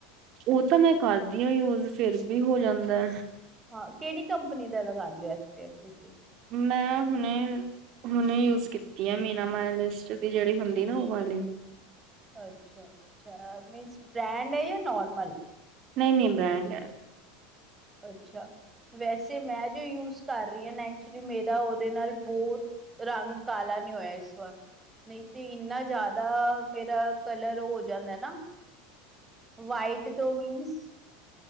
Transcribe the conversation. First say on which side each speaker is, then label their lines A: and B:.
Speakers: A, on the right; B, on the right.
A: ਉਹ ਤਾਂ ਮੈਂ ਕਰਦੀ ਆ ਯੂਜ ਫੇਰ ਵੀ ਹੋ ਜਾਂਦਾ।
B: ਹਾਂ ਕਿਹੜੀ ਕੰਪਨੀ ਦਾ ਲਗਾਂਦੇ ਓ ਐੱਸ ਪੀ ਐਫ ਤੁਸੀਂ?
A: ਮੈਂ ਹੁਣੇ, ਹੁਣੇ ਯੂਜ ਕੀਤੀ ਆ ਮੀਨਾ ਮਾਇਲਿਸਟ ਦੀ ਜਿਹੜੀ ਹੁੰਦੀ ਨਾ ਉਹ ਵਾਲੀ। <unintelligible>
B: ਅੱਛਾ-ਅੱਛਾ ਮੀਨਸ ਬ੍ਰੈਂਡ ਹੈ ਜਾਂ ਨੋਰਮਲ ਹੈ?
A: ਨਹੀ-ਨਹੀ ਬ੍ਰਾਂਡ ਹੈ।
B: ਅੱਛਾ ਵੈਸੇ ਮੈਂ ਜੋ ਯੂਜ ਕਰ ਰਹੀ ਹਾਂ ਨਾ ਐਕਚੁਲੀ ਮੇਰਾ ਉਹਦੇ ਨਾਲ ਬਹੁਤ ਰੰਗ ਕਾਲਾ ਨਹੀਂ ਹੋਇਆ ਇਸ ਵਾਰ। ਨਹੀਂ ਤੇ ਇੰਨਾ ਜ਼ਿਆਦਾ ਮੇਰਾ ਕਲਰ ਹੋ ਜਾਂਦਾ ਨਾ। ਵਾਈਟ ਤੋਂ ਮੀਨਸ